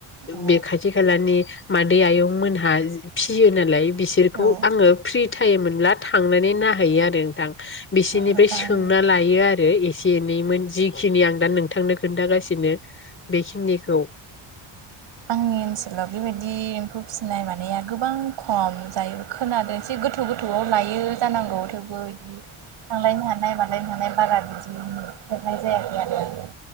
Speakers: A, on the right (about 60°); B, on the left (about 25°).
A: औ
B: बे खाथि खालानि मादै आयं मोनहा फियो नालाय बिसोरखौ
A: औ
B: आङो फ्रि थाइम मोनब्ला थांनानै नायहैयो आरो नोंथां बिसिनिफ्राय
A: मोजाङानो
B: सोंना लायो आरो एसे एनैमोन जिखिनि आं दा नोंथांनो खोन्थागासिनो बेखिनिखौ
A: नि ओनसोलाव बेबायदि एम्फौ फिसनाय मानाया गोबां खम जाय खोनादों एसे गोथौ गोथौआव लायो जानांगौ थेवबो इदि थांलायनो हानाय मालायनो हानाय बारा बिदि नुफेरनाय जायाखै आरो आं।